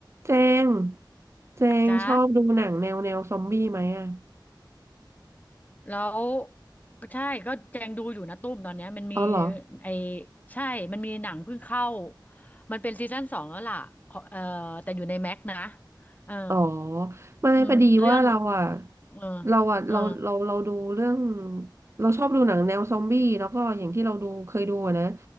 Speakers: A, on the right (about 35°); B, on the left (about 20°).
A: เจงเจงชอบดูหนังแนวแนวซอมบี้ไหมอ่ะ
B: จ้าแล้วใช่ก็แจงดูอยู่นะตุ้มตอนเนี้ยมันมี
A: อ๋อเหรอ
B: ไอใช่ มันมีหนังเพิ่งเข้า มันเป็นซีซั่นสองแล้วล่ะขอเออแต่อยู่ในแม็กนะเออ
A: อ๋อไม่พอดีว่าเราอ่ะ
B: อืมเรื่องเออ
A: เราอ่ะเราเราเราดูเรื่อง
B: เออ
A: เราชอบดูหนังแนวซอมบี้แล้วก็อย่างที่เราดูเคยดูอะนะ